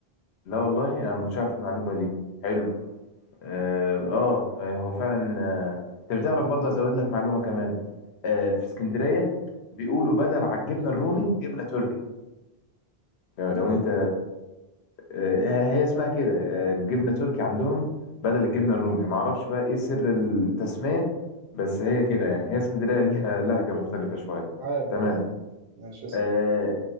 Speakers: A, on the left (about 90°); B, on the right (about 80°).
A: لا والله أنا ما كنتش عارف المعلومة دي حلو اه آه، هو فعلا آه، انت بتعرف برضه ازود لك معلومه كمان آه، في اسكندريه بيقولوا بدل على الجبنه الرومي جبنه تركي لو, لو
B: دليل
A: انت آه، هي اسمها كده آه، جبنه تركي عندهم بدل الجبنه الرومي ما اعرفش بقى ايه سر التسميه بس هي كده يعني هي اسكندريه ليها لهجه مختلفه شويه
B: عادي
A: تمام
B: عادي ماشي اسم
A: آه،